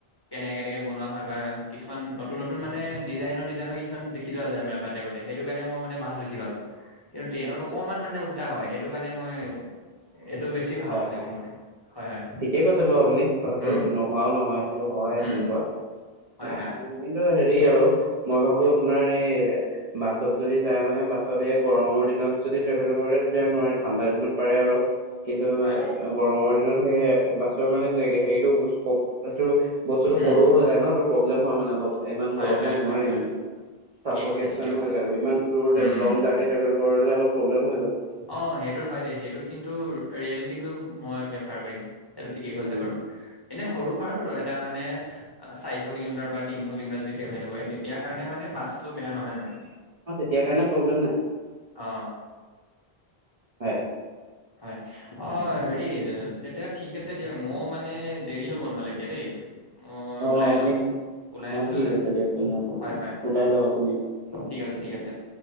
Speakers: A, on the left; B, on the right.
A: কেনেকে কেনেকে বনোৱা হয় বা কিছুমান নতুন নতুন মানে ডিজাইনৰ ডিজাইনৰ কিছুমান দে। দেখি যোৱা যায় মানে বাটে বাটে সেইটো কাৰণে মই মানে বাছ বেছি ভাল পাওঁ। কিন্তু ট্ৰেইনত
B: আচ্ছা
A: অকমান মানে উল্টা হয় সেইটো কাৰণে মই। এইটো বেছি ভাল
B: হয়
A: পাওঁ মানে
B: হয়
A: মোৰ মতে হয় হয়
B: ঠিকে কৈছে বাৰু আপুনি কথাটো
A: উম
B: ন। হোৱাও নহয় সেইটো হয়
A: উম
B: তেনেকুৱা
A: হয়
B: আ
A: হয়
B: হ কিন্তু হেৰি আৰু। মই ভাবো আপোনাৰ এই। বাছত যদি যায় মানে বাছত এই গৰমৰ দিনত যদি ট্ৰেভেল কৰে তেতিয়া নোৱাৰি ঠাণ্ডা দিনত পাৰে। আৰু কিন্তু
A: হয়
B: গৰমৰ দিনত সেই বাছৰ মানে জেগা হেৰি। এইটো এইটো বস্তুটো
A: উম
B: সৰু হৈ যায় ন টো প্ৰব্লেম হয় মানে অলপ। ইমান
A: হয়
B: গৰমত
A: হয় হয়
B: নোৱাৰি
A: হয়
B: মানে চাফ'কেচন
A: ঠিকে কৈছে ঠিকে কৈছে
B: হৈ যায় ইমান দুৰ
A: উম
B: লং জাৰ্ণি ট্ৰেভেল। কৰিলে অলপ প্ৰব্লেম হৈ যাব।
A: অ সেইটোত হয় দেই সেইটোত কিন্তু ৰেল কিন্তু মই প্ৰিফাৰ কৰিম। সেইটো ঠিকেই কৈছে
B: উম
A: বাৰু এনে সৰু সৰা এটা মানে। চাৰিশ কিলোমিটাৰ বা তিনিশ কিলোমিটাৰ যদি ট্ৰেভেল কৰে তেতিয়া কাৰনে মানে বাছটো বেয়া নহয় মানে।
B: অঁ তেতিয়া কাৰণে প্ৰব্লেম নাই।
A: অ।
B: হয়।
A: হয়। অ হেৰি তেতিয়া ঠিক আছে দিয়ক মই মানে দেৰি হ'ব নহ'লে এতিয়া দেই। মই
B: অ
A: ওলাই
B: আপুনি
A: লওঁ ওলাই
B: অ
A: আছিলো
B: ঠিক
A: যে
B: আছে দিয়ক তেনেহ'লে
A: হয় হয়।
B: ওলাই লওক আপুনি
A: ঠিক আছে ঠিক আছে